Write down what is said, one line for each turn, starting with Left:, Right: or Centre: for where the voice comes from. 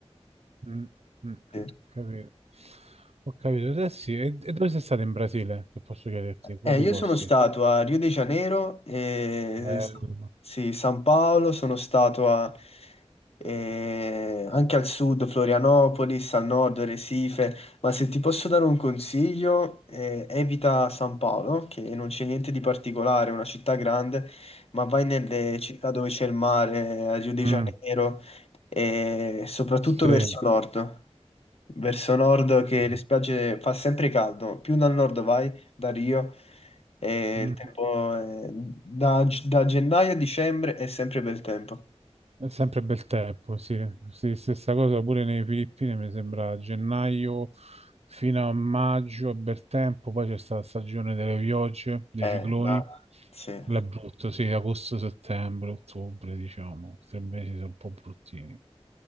Right: mm, mm,
Left: <laughs>
Right: mm. Capito. Ho capito. Eh sì, e, e dove sei stato in Brasile, se posso chiederti? Quali
Left: Eh, io
Right: posti?
Left: sono stato a Rio de Janeiro, e
Right: Bello.
Left: San- sì, San Paolo, sono stato a- eh, anche al sud, Florianopolis, al nord, Recife, ma se ti posso dare un consiglio, eh, evita San Paolo, che non c'è niente di particolare, è una città grande, ma vai nelle città dove c'è il mare, eh, a Rio de
Right: Mm,
Left: Janeiro, e soprattutto
Right: sì.
Left: verso nord verso nord che
Right: Mhm,
Left: le spiagge fa sempre caldo, più dal nord vai, da Rio, e
Right: mhm.
Left: il tempo è- da, da gennaio a dicembre è sempre bel tempo.
Right: È sempre bel tempo, sì. Sì, stessa cosa pure nelle Filippine, mi sembra a gennaio fino a maggio è bel tempo, poi c'è stata la stagione delle piogge, dei
Left: Eh,
Right: cicloni,
Left: ma sì,
Right: là è brutto, sì, agosto, settembre, ottobre, diciamo, tre mesi sono un po' bruttini.